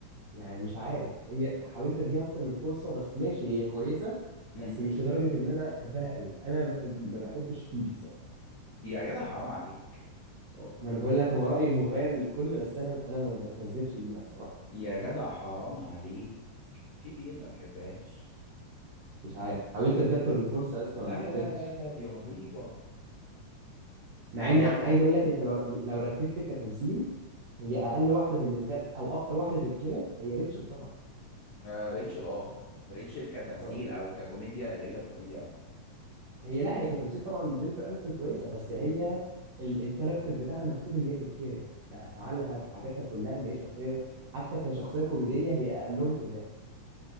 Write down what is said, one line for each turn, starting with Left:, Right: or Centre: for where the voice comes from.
Right: يعني مش عارف هي حاولت أديها أكتر من فرصة بس ماشي هي كويسة
Left: امم
Right: بس مش لدرجة إن أنا أحبها قوي أنا ب- ما بحبش فيبي الصراحة
Left: يا جدع حرام عليك
Right: أه، ما أنا بقول لك هو رأيي مغاير للكل بس أنا أنا ما بتمزجش بيها الصراحة
Left: يا جدع حرام عليك في بي ال ما تحبهاش
Right: مش عارف حاولت أديها أكتر من فرصة يا اسطى
Left: لا
Right: ما ما
Left: لا
Right: قدرتش
Left: لا لا دي رهيبة
Right: مع
Left: رهيبة
Right: إن عايز
Left: بجد
Right: أقول لك أنت لو لو رتبت كتمثيل هي أقل واحدة بالنسبة لك أو أكتر واحدة تتكره هي ريتشل طبعا
Left: آه ريتشل اه ريتشل كتمثيل
Right: أه دي
Left: أو ككوميديا قليلة في الكوميديا أوي
Right: هي لا هي كتمثيل طبعا جينيفر انستون كويسه بس
Left: امم
Right: هي ال الكاركتر بتاعها مكتوب ان هي تتكره بافعالها بحاجاتها كلها ان هي شخصيه حتى كشخصيه كوميديه هي اقلهم في الضحك